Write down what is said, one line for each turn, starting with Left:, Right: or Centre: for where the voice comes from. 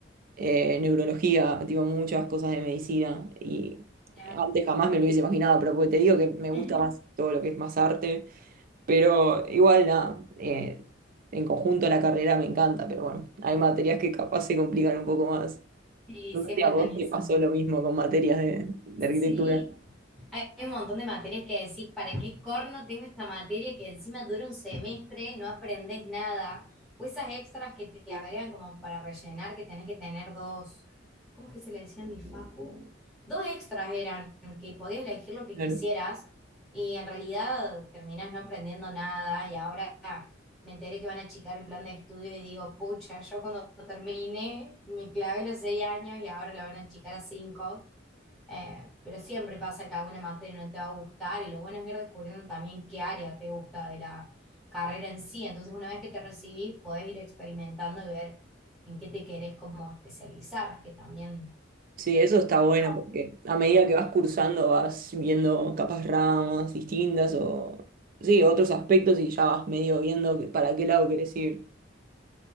Right: eh, neurología, tipo muchas cosas de medicina, y
Centre: Claro.
Right: antes jamás me lo hubiese imaginado, pero porque te digo que me gusta
Centre: <laughs>
Right: más todo lo que es más arte Pero igual, nada, eh, en conjunto la carrera me encanta, pero bueno, hay materias que capaz se complican un poco más.
Centre: Y
Right: No
Centre: siempre
Right: sé si a vos
Centre: tenés
Right: te
Centre: eso.
Right: pasó lo mismo con materias de, de
Centre: Sí,
Right: arquitectura.
Centre: hay hay un montón de materias que decís, ¿para qué corno tengo esta materia que encima dura un semestre, no aprendés nada? O esas extras que te agregan como para rellenar, que tenés que tener dos, ¿cómo es que se le decía en mi facu? Dos extras eran, que podías elegir lo que
Right: Claro.
Centre: quisieras y en realidad terminás no aprendiendo nada y ahora me enteré que van a achicar el plan de estudio y digo, pucha, yo cuando termine me clavé los seis años y ahora lo van a achicar a cinco. Eh, pero siempre pasa que alguna materia no te va a gustar y lo bueno es ir descubriendo también qué área te gusta de la carrera en sí. Entonces, una vez que te recibís, podés ir experimentando y ver en qué te querés como especializar, que también
Right: Sí, eso está bueno
Centre: nada,
Right: porque a
Centre: lo
Right: medida
Centre: vas descubriendo.
Right: que vas cursando vas viendo capas ramas distintas o sí, otros aspectos y ya vas medio viendo que- para qué lado querés ir.